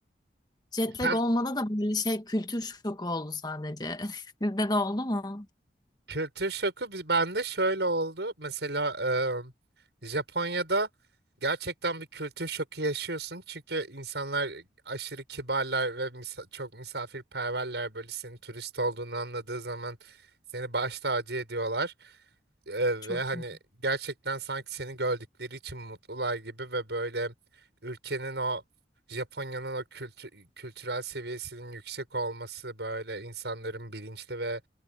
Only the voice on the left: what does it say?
Jet
lag olmadı da böyle şey kültür şoku oldu sadece. <laughs> Sizde de oldu mu?
Çok
iyi.